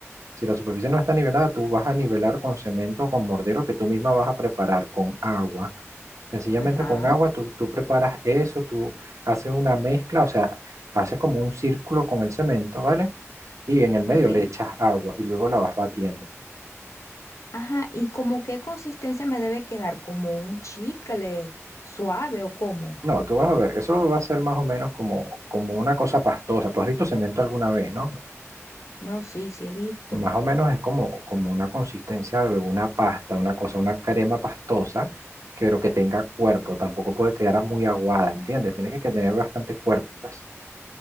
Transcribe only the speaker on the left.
Ajá,
ok.
Ajá, ¿y como qué consistencia me debe quedar? ¿Como un chicle suave o cómo?
No, sí, sí he visto.